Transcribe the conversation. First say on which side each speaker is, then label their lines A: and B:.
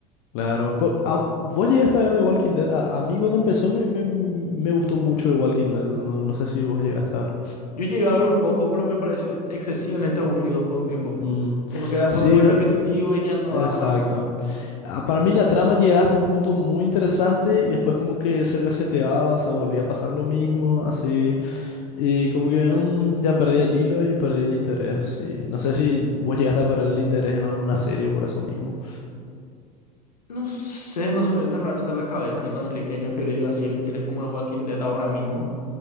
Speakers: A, on the left (about 60°); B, on the left (about 80°).
A: Claro, pero, ah, vos llegaste a ver The Walking Dead. A, a mí cuando empezó me, me, me gustó mucho The Walking Dead. No, no sé si vos llegaste a ver.
B: Yo llegué a ver un poco, pero me pareció excesivamente aburrido por un tiempo.
A: Mm,
B: Como que era
A: sí,
B: todo muy repetitivo y ya no
A: exacto.
B: daba más gusto.
A: Ah, para mí la trama llegaba hasta un punto muy interesante y después como que se reseteaba, o sea, volvía a pasar lo mismo, así. Y como que mm, ya perdí el hilo y perdí el interés. Sí. No sé si vos llegaste a perder el interés en alguna serie por eso mismo.
B: No sé, no se me viene realmente a la cabeza ninguna serie que haya perdido así el interés como de Walking Dead ahora mismo.